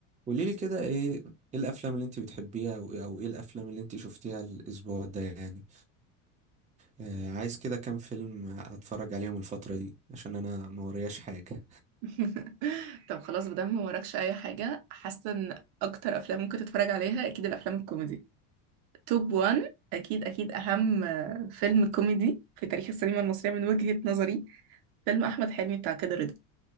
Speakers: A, on the right; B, on the right.
A: قولي لي كده ايه ايه الافلام اللي انت بتحبيها او إيه، او ايه الافلام اللي انت شفتيها الاسبوع ده يعني آه عايز كده كام فيلم اتفرج عليهم الفترة دي عشان انا ما ورياش حاجة
B: <laughs> طب خلاص مادام ما وراكش اي حاجه حاسه ان اكتر افلام ممكن تتفرج عليها اكيد الافلام الكوميدي توب 1 اكيد اكيد اهم آه، فيلم كوميدي في تاريخ السينما المصريه من وجهه نظري فيلم احمد حلمي بتاع كده رضا